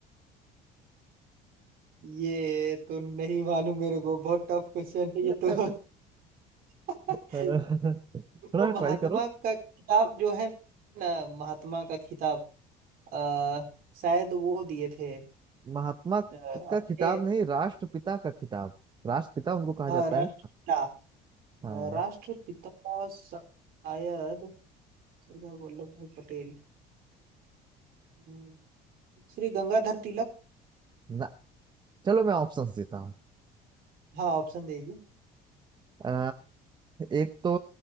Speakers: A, on the right (about 65°); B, on the right (about 25°).
A: ये तो नहीं मालूम मेरे को बहुत टफ क्वेश्चन है
B: था
A: ये तो <laughs>
B: <laughs> थोड़ा
A: उनको
B: ट्राई
A: महात्मा
B: करो
A: का खिताब जो है ना महात्मा का खिताब अ, शायद वो दिए थे
B: महात्मा
A: अ,
B: का
A: अपने
B: खिताब नहीं राष्ट्रपिता का खिताब राष्ट्रपिता उनको कहा
A: हाँ
B: जाता
A: राष्ट्रपिता
B: है ना हाँ
A: राष्ट्रपिता का शायद सरदार वल्लभ भाई पटेल हम्म, श्री गंगाधर तिलक
B: ना चलो मैं ऑप्शंस देता हूँ
A: हाँ ऑप्शन दे दीजिए
B: अ, एक तो